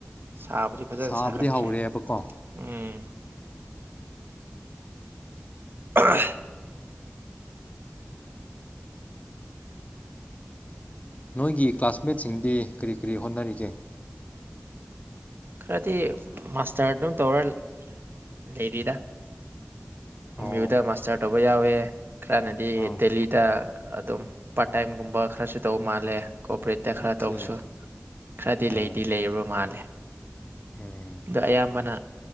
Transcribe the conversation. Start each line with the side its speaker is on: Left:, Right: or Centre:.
Right: ꯁꯥꯕꯨꯗꯤ ꯐꯖꯅ
Left: ꯁꯥꯕꯗꯤ
Right: ꯁꯥꯒꯠꯈ꯭ꯔꯦ
Left: ꯍꯧꯔꯦꯕꯀꯣ
Right: ꯎꯝ <unintelligible>
Left: ꯅꯣꯏꯒꯤ ꯀ꯭ꯂꯥꯁꯃꯦꯠꯁꯤꯡꯗꯤ ꯀꯔꯤ ꯀꯔꯤ ꯍꯣꯠꯅꯔꯤꯒꯦ
Right: ꯈꯔꯗꯤ ꯃꯥꯁꯇꯔ ꯑꯗꯨꯝ ꯇꯧꯔ ꯂꯩꯔꯤꯗ
Left: ꯑꯣ
Right: ꯑꯝ ꯌꯨꯗ ꯃꯥꯁꯇꯔ ꯇꯣꯕ ꯌꯥꯎꯋꯦ <inaudible> ꯈꯔꯅꯗꯤ
Left: ꯑꯥ
Right: ꯗꯦꯜꯂꯤꯗ ꯑꯗꯨꯝ ꯄꯥꯔꯠ ꯇꯥꯏꯝꯒꯨꯝꯕ ꯈꯔꯁꯨ ꯇꯧꯕ ꯃꯥꯜꯂꯦ ꯀꯣꯄꯔꯦꯠꯇ
Left: ꯑꯣꯀꯦ
Right: ꯈꯔ ꯇꯧꯕꯁꯨ ꯈꯔꯗꯤ
Left: ꯑꯣ
Right: ꯂꯩꯗꯤ ꯂꯩꯔꯕ ꯃꯥꯜꯂꯦ
Left: ꯎꯝ
Right: ꯑꯗꯨ ꯑꯌꯥꯝꯕꯅ